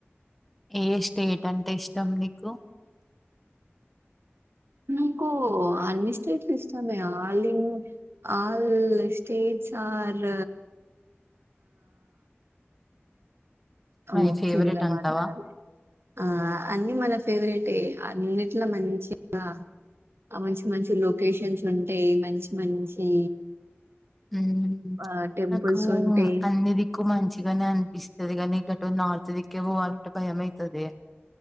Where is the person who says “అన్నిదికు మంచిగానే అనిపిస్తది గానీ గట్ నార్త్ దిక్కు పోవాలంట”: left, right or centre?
Centre